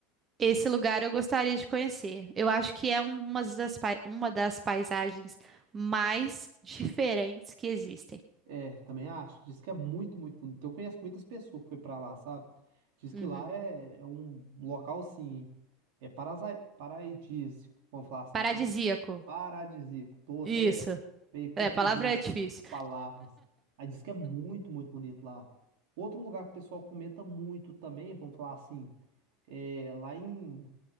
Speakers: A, on the right (about 25°); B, on the right (about 70°).
A: Esse lugar eu gostaria de conhecer. Eu acho que é uma das, pai- uma das paisagens mais diferentes que existem.
B: É, também acho. Diz que é muito, muito bonito. Eu conheço muitas pessoas que foi pra lá, sabe? Diz que
A: Uhum.
B: lá é, é um local assim, é parasai- paradisíaco, vamos falar assim,
A: Paradisíaco.
B: então, paradisíaco. Tô até
A: Isso.
B: meio confundindo
A: É, a palavra
B: as
A: é difícil.
B: palavras. Aí diz que é muito, muito bonito lá. Outro lugar que o pessoal comenta muito também, vamos falar assim, é lá em